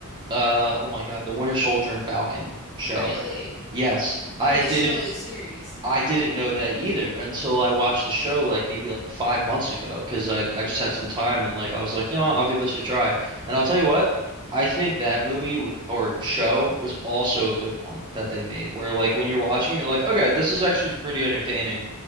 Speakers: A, on the right; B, on the left.
A: Uh, oh my God, the Winter Soldier and Falcon show.
B: really,
A: Yes, I
B: oh, the
A: didn't
B: show, the series,
A: I didn't know that either until I watched
B: huh,
A: the show like maybe like five months ago because I I just had some time and like I was like, you know what, I'll give this a try. And I'll tell you what, I think that movie w or show was also a good one that they made where like when you're watching it, you're like, okay, this is actually pretty entertaining.